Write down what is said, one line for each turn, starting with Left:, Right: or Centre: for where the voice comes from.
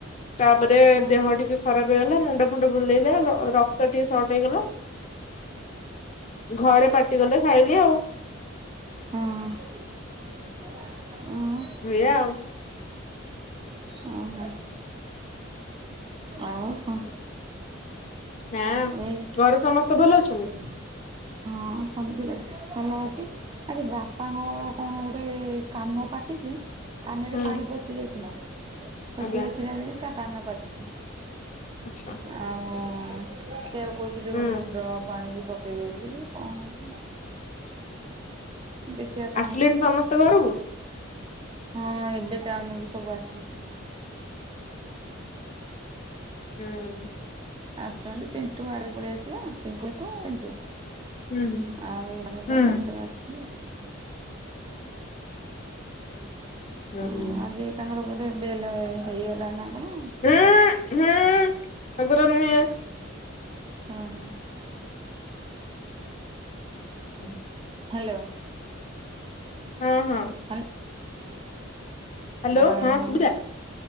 Left: ତାପରେ
Right: ହଁ
Left: ଦେହ ଟିକେ ଖରାପ ହେଇଗଲା ମୁଣ୍ଡ ଫୁଣ୍ଡ ବୁଲେଇଲା ର କ୍ତ ଟିକେ ସର୍ଟ ହେଇଗଲା ଘରେ ପାଟି କଲେ ଖାଇଲି ଆଉ।
Right: ହଁ। ଉଁ।
Left: ଏଇଆ ଆଉ।
Right: <inaudible> ଓ ହୋ। ଆଉ କଣ?
Left: ନାଁ
Right: ଏଇ
Left: ଘରେ ସମସ୍ତେ ଭଲ ଅଛନ୍ତି?
Right: ହଁ ସମତିଙ୍କ ଦେହ ଭଲ ଅଛି। ଆଜି ବାପାଙ୍କର କଣ ଗୁଟେ କାନ ପାଚିଚି କାନେରେ
Left: ହୁଁ
Right: ପାଣି ପଶି ଯାଇଥିଲା ପଶି
Left: ଆଜ୍ଞା
Right: ଯାଇଥିଲା ଯଦି ତା କାନ ପାଚୁଚି।
Left: ଆଚ୍ଛା
Right: ଆଉ ସେୟାକୁ କୋଉଥିଲି
Left: ହୁଁ
Right: ଗୋଟେ ଡ୍ରପ ଆଣିକି ପକେଇବେ ବୋଲିକି। କଣ ହୋଉଚି। ଦେଖିବା କଣ
Left: ଆସିଲେଣି
Right: ହଉଛି
Left: ସମସ୍ତେ ଘରକୁ?
Right: ହଁ ଏବେ ଟାଉନ ରୁ ସବୁ ଆସିଲେ।
Left: ହୁଁ।
Right: ଆସୁଚନ୍ତି ପିଣ୍ଟୁ ବାରେ ପଳେଇ ଆସିଲା <unintelligible>
Left: ହୁଁ
Right: ଆଉ ଏମାନେ ସବୁ
Left: ହୁଁ
Right: ପଛରେ ଆସୁଚନ୍ତି ଆଉ।
Left: ହୁଁ
Right: ହଁ
Left: ହୁଁ
Right: ଆଜି ତାଙ୍କର ବୋଧେ ବେଲ ହେଇଗଲା ନା କଣ।
Left: ଉଁ ହୁଁ ହେଗୁରା ନୁହେଁ।
Right: ଓ ହୋ।
Left: <unintelligible>
Right: ହାଲୋ।
Left: ହଁ ହଁ।
Right: <unintelligible>
Left: ହ୍ୟାଲୋ
Right: ଆଉ
Left: ହଁ ଶୁଭିଲା?